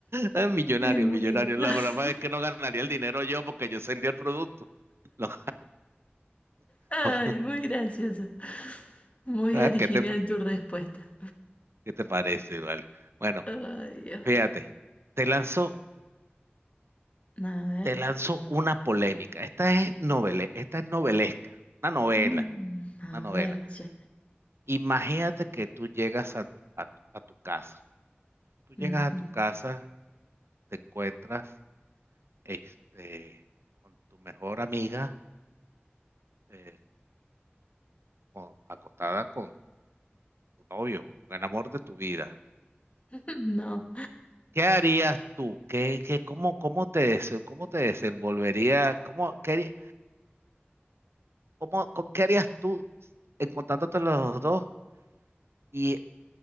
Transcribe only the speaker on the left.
Me muero.
<laughs>
Ay,
muy gracioso. Muy
original
tu respuesta.
Ay, Dios.
A ver.
Mm, A
ver, che.
Ujú.
<laughs> No.